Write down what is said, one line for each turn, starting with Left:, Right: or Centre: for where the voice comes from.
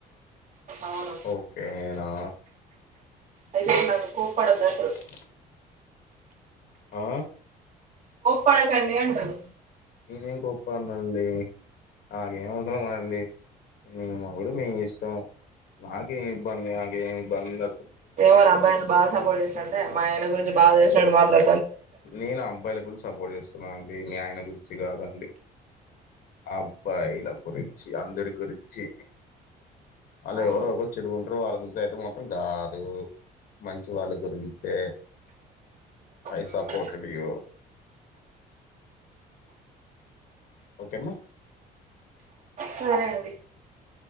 Right: అవునా
Left: ఓకేనా
Right: అయితే నన్ను కోప్పడద్దు
Left: <inaudible>
Right: అంటారు
Left: ఆ
Right: పడకండి అంటను
Left: నేనేం కోప్పున్నాండి నాకేం అవసరండి మీ మొగుడు మీ ఇష్టం నాకేమి ఇబ్బంది నాకేమి ఇబ్బంది ఉంద్
Right: ఏమోరా అబ్బాయిని బాగా సపోర్ట్ చేస్తా అంట మా ఆయన గురించి బాగా తెలుాడు మాట్లా
Left: నేను అబ్బాయిల గురించి సపోర్ట్ చేస్తున్నా అండి మీ ఆయన గురించి కాదండి అబ్బా ల గురించిి అందరు గురించిి వాళ్ళ
Right: అవునా
Left: ఎవడో ఒకరు చెడు ఉంటారు వాళ్ళ గుంపు అయితే మాత్రం కాదు మంచి వాళ్ళ గురించే ఐసప్
Right: ఉమ్,
Left: ఫోర్ట్ డియో ఓకే మా
Right: సరే అండి